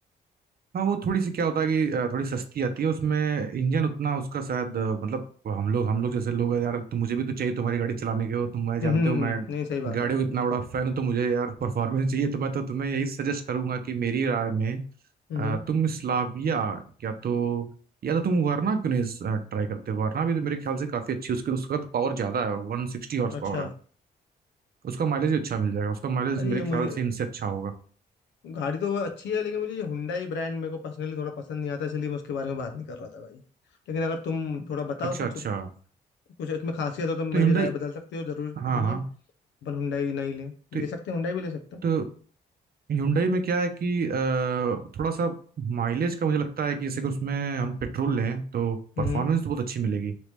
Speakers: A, on the right (about 55°); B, on the left (about 75°).
A: हाँ वो थोड़ी सी क्या होता है कि अ, थोड़ी सस्ती आती है उसमें इंजन उतना उसका शायद अ, मतलब हम लोग हम लोग जैसे लोग हैं यार तो मुझे भी तो चाहिए तुम्हारी गाड़ी चलाने के हो तुम मैं जानते
B: हम्म हम्म,
A: हो मैं
B: हम्म, नहीं सही बात
A: गाड़ियों
B: है
A: का इतना
B: बिल्कुल
A: बड़ा फैन हूँ तो मुझे यार परफॉर्मेंस चाहिए तो मैं तो तुम्हें यही सजेस्ट करूंगा कि मेरी राय में
B: हम्म
A: अ,
B: हम्म,
A: तुम स्लाविया या तो या तो तुम वरना क्यों नहीं ट्राई करते वरना भी तो मेरे ख्याल से काफी अच्छी है उसके उसका तो पावर ज्यादा है वन सिक्सटी हॉर्स
B: अच्छा
A: पावर है उसका माइलेज भी अच्छा मिल जाएगा उसका माइलेज
B: अरे
A: मेरे
B: ये मुझे
A: ख्याल से इनसे अच्छा होगा
B: गाड़ी तो वो अच्छी है लेकिन मुझे ये हुंडई ब्रांड मेरे को पर्सनली थोड़ा पसंद नहीं आता इसलिए मैं उसके बारे में बात नहीं कर रहा था भाई लेकिन अगर तुम थोड़ा बताओ
A: अच्छा
B: कुछ
A: अच्छा
B: कुछ इसमें खासियत हो तो मेरी
A: तो Hyundai
B: राय बदल सकते हो जरूर
A: हाँ
B: नहीं
A: हाँ
B: है अपन हुंडई नहीं ले
A: तो
B: ले सकते हैं हुंडई भी ले सकते हैं
A: तो Hyundai में क्या है कि अ, थोड़ा सा माइलेज का मुझे लगता है कि जैसे कि उसमें हम पेट्रोल लें तो परफॉर्मेंस
B: हम्म
A: तो बहुत अच्छी मिलेगी